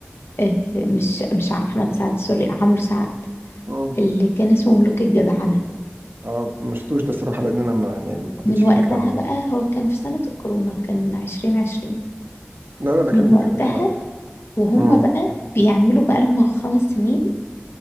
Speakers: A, on the left; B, on the right.
A: آه مش مش أحمد سعد سوري عمرو سعد
B: اه
A: اللي كان اسمه ملوك الجدعنة
B: اه ما شفتوش ده الصراحه لان انا ما يعني ما حبيتش
A: من
B: الفكره
A: وقتها
B: عموما
A: بقى هو كان في سنة الكورونا كان عشرين عشرين
B: لا لا ده كان
A: من وقتها
B: ده, ده كان بعدها
A: وهم
B: مم.
A: بقى بيعملوا بقالهم خمس سنين